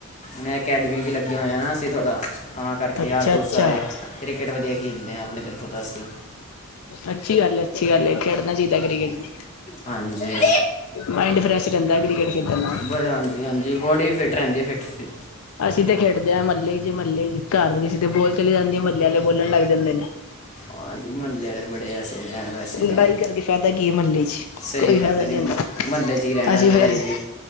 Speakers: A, on the left; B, on the left.
A: ਮੇ ਅਕੈਡਮੀ ਵੀ ਲੱਗਿਆ ਹੋਇਆ, ਅਸੀਂ ਥੋੜ੍ਹਾ, ਤਾਂ ਕਰਕੇ
B: ਅੱਛਾ
A: ਯਾਰ -ਦੋਸਤ
B: ਅੱਛਾ
A: ਸਾਰੇ। ਕ੍ਰਿਕੇਟ ਵਧੀਆ ਖੇਡਦੇ ਹਾਂ, ਆਪਣੀ ਤਰਫੋਂ ਤਾਂ ਅਸੀਂ।
B: ਅੱਛੀ ਗੱਲ ਏ -ਅੱਛੀ ਗੱਲ ਏ। ਖੇਡਣਾ ਚਾਹੀਦਾ ਹੈ ਕ੍ਰਿਕੇਟ।
A: ਹਾਂਜੀ
B: ਮਾਇੰਡ ਫਰੈਸ਼ ਰਹਿੰਦਾ ਕ੍ਰਿਕੇਟ ਖੇਡਣ ਨਾਲ।
A: ਬਟ ਹਾਂਜੀ, ਹਾਂਜੀ, ਬਾਡੀ ਫਿਟ ਰਹਿੰਦੀ ਹੈ ਫਿਟ।
B: ਅਸੀਂ ਤੇ ਖੇਡਦੇ ਆ ਮਹੱਲੇ 'ਚ। ਮਹੱਲੇ 'ਚ ਘਰ ਦੇ 'ਚ ਤੇ ਬੋਲ ਚਲੀ ਜਾਂਦੀ ਏ, ਮਹੱਲੇ ਆਲੇ ਬੋਲਣ ਲੱਗ ਜਾਂਦੇ ਨੇ।
A: ਹਾਂਜੀ ਮਹੱਲੇ ਵਾਲੇ ਬੜੇ ਐਸੇ ਐ ਵੈਸੇ
B: ਲੜਾਈ
A: ਨੇ
B: ਕਰਕੇ ਫਾਇਦਾ ਕੀ ਏ ਮਹੱਲੇ 'ਚ?
A: ਸਹੀ
B: ਕੋਈ ਫਾਇਦਾ
A: ਗੱਲ ਐ
B: ਨਹੀਂ
A: ਜੀ। ਮ
B: ਹੁੰਦਾ
A: ਮਹੱਲੇ ' 'ਚ ਈ ਰਹਿਣੈ,
B: ਅਸੀਂ
A: ਲੜਾਈ
B: ਫੇਰ
A: ਵੀ